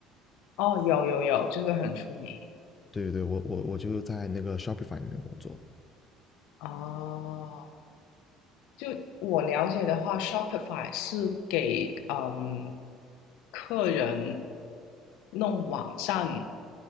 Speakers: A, on the left; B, on the left.
A: 哦，有有有，这个很出名。
B: 对对对，我我我就在那个 Shopify 里面工作。
A: 哦，就我了解的话，Shopify 是给嗯客人弄网站